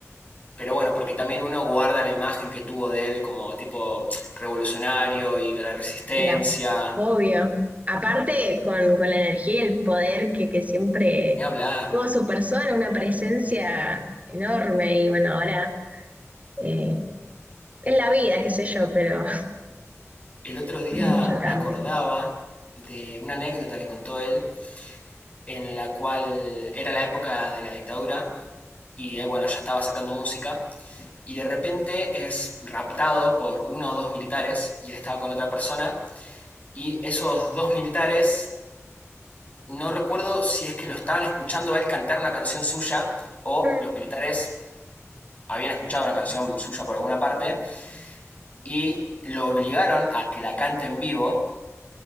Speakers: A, on the left; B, on the right.
A: Pero bueno, porque también uno guarda la imagen que tuvo de él como tipo revolucionario y de la resistencia.
B: ya Obvio. Aparte, con, con la energía y el poder que, que siempre
A: Ni hablar.
B: tuvo su persona, una presencia enorme. Y bueno, ahora eh, es la vida, qué sé yo, pero
A: El otro día
B: <laughs> mucho
A: me
B: cambio.
A: acordaba de una anécdota que contó él, en la cual era la época de la dictadura y él, bueno, ya estaba sacando música y de repente es raptado por uno o dos militares y él estaba con otra persona y esos dos militares no recuerdo si es que lo estaban escuchando a él cantar una canción suya o
B: Mm,
A: los militares habían escuchado una canción suya por alguna parte y lo obligaron a que la cante en vivo